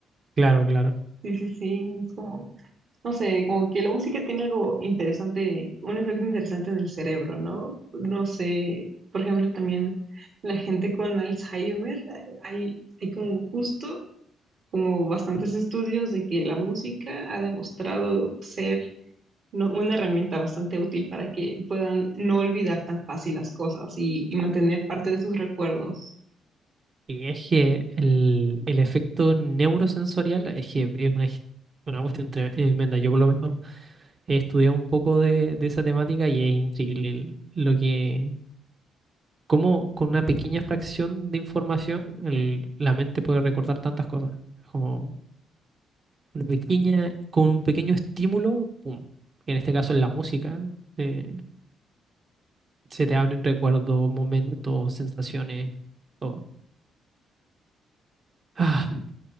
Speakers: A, on the right; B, on the right.
A: Claro, claro.
B: Sí, sí, sí, es como, no sé, como que la música tiene algo interesante, un efecto interesante en el cerebro, ¿no? No sé, por ejemplo, también la gente con Alzheimer, hay, hay como justo como bastantes estudios de que la música ha demostrado ser no- una herramienta bastante útil para que puedan no olvidar tan fácil las cosas y, y mantener parte de sus recuerdos.
A: Y es que el, el efecto neurosensorial es que es una, his- una cuestión tre- eh, tremenda. Yo por lo menos he estudiado un poco de, de esa temática y es increíble el- lo que, cómo con una pequeña fracción de información el- la mente puede recordar tantas cosas. Como una pequeña, con un pequeño estímulo, pum. En este caso en la música, eh, se te abren recuerdos, momentos, sensaciones, todo. <sighs>